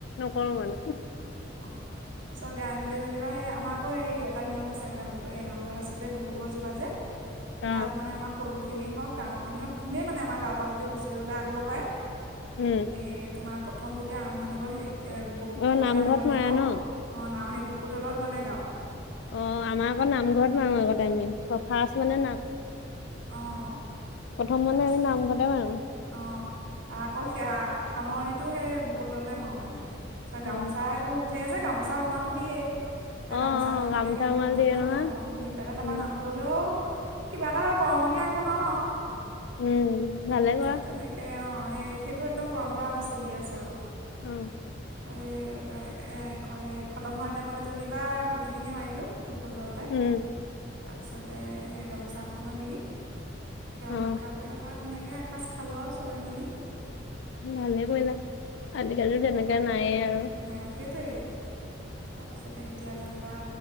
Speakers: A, on the left (about 70°); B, on the right (about 85°).
A: নকৰো মানে।
B: <inaudible> তাৰপছত গাই মেলি যেনিবা, সেই আমাৰ আকৌ এই এটা নিয়ম আছে মানে ব এই নামঘৰত আছে যে বকুল গছজোপা যে
A: অ
B: তাত মানে আমাৰ সৰুখিনি হওঁক ডাঙৰখিনি হওঁক, যোনেই মানে আমাৰ গাৱঁৰ পৰা যদি হুঁচৰি ওলাই আগৰ পায়
A: উম
B: এ তোমাৰ প্ৰথম যেতিয়া আৰম্ভণি কৰে, সেই এ বকুল
A: অ
B: তলতে
A: নামঘৰত
B: আৰম্ভণি
A: মাৰে
B: কৰোঁ৷অ'
A: ন
B: ন সেই বকুল তলত মানে গাও৷
A: অ' আমাৰ আকৌ নামঘৰত মাৰো আগতে আমি৷ ত ফাষ্ট মানে নাম
B: অ'।
A: প্ৰথম মানে
B: তাৰপিছতে।
A: আমি নামঘৰতে মাৰো
B: অ' আৰু আকৌ সেয়া সামৰণিটো সেই বকুল তলতে মাৰোঁ মানে তাৰছত
A: অ
B: গামোচা এইেইবোৰ উঠে যে গামোচা ৰুমালটো দিয়েই এ
A: অ
B: গামোচাখন
A: অ গামোচা
B: ধুনীয়াকে
A: ৰুমাল
B: বকুল তলত
A: দিয়ে নহয়
B: আহ দি পেলাই তাৰপা
A: উম
B: নামঘৰলেও কিবা এটা বৰঙণি আগবঢ়াও আৰু
A: উম ভালে
B: তাৰপিছত
A: কোৱা
B: তেনেকৈ অঁ সেই সেইটো একদম পৰম্পৰা আমাৰ চলি আছে আৰু
A: অ
B: এই সেই খতম হোৱা দিনাখনজনী বাা গোটেইখিনিয়ে মাৰিলো বকুল তলতে
A: উম
B: তাৰপিছতে সেই গামোচা এখনো দি সেৱা
A: অ
B: সৎকাৰ কৰি তাৰপৰা ধুনীয়াকৈ এসাঁজ খালোঁ আৰু চবে মিলি
A: ভালে কৰিলা আজিকালি তেনেকুৱা নাইে আৰু
B: নাই সেইটোৱেই তাৰপিছতে এতিয়া যেনিবা